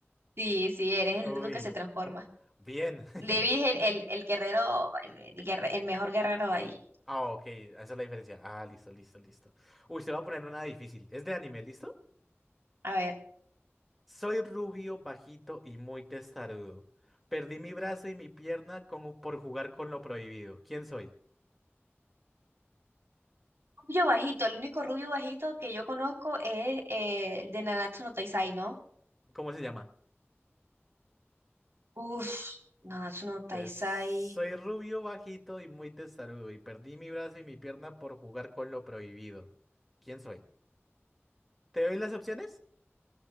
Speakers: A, on the right (about 65°); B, in the centre.
A: Sí, sí, eres
B: Uy,
A: el único que se transforma.
B: bien. <laughs>
A: Levi es el, el, el guerrero, el, el guerre- el mejor guerrero de ahí.
B: Ah, ok, esa es la diferencia. Ah, listo, listo, listo. Uy, se va a poner una difícil. ¿Es de anime, listo?
A: A ver,
B: Soy rubio, bajito y muy testarudo. Perdí mi brazo y mi pierna con- por jugar con lo prohibido. ¿Quién soy?
A: rubio bajito, el único rubio bajito que yo conozco es eh, el de Nanatsu no Taizai, ¿no?
B: ¿Cómo se llama?
A: Uf, Nanatsu no Taizai.
B: Entonces, soy rubio, bajito y muy testarudo. Y perdí mi brazo y mi pierna por jugar con lo prohibido. ¿Quién soy? ¿Te doy las opciones?